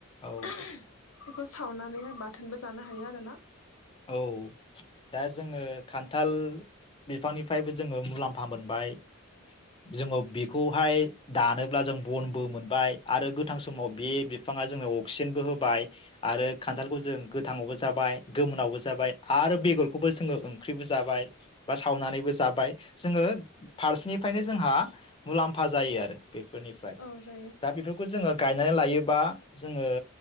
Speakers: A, on the left; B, on the left.
A: औ
B: <unintelligible> बेखौ सावनानैहाय बाथोनबो जानो हायो आरो ना।
A: औ। दा जोङो खान्थाल बिफांनिफ्रायबो जोङो मुलाम्फा मोनबाय जोङो बेखौहाय दानोब्ला जों बनबो मोनबाय आरो गोथां समाव बे बिफाङा जोंनो अक्सिजेनबो होबाय आरो खान्थालखौ जों गोथाङावबो जाबाय। गोमोनायावबो जाबाय आरो बेगरखौबो जोङो ओंख्रिबो जाबाय बा सावनानैबो जाबाय जोङो फारसेनिफ्रायनो जोंहा मुलाम्फा जायो आरो बे फोरनिफ्राय
B: औ जायो
A: दा बेफोरखौ जोङो गायनानै लायोबा जोङो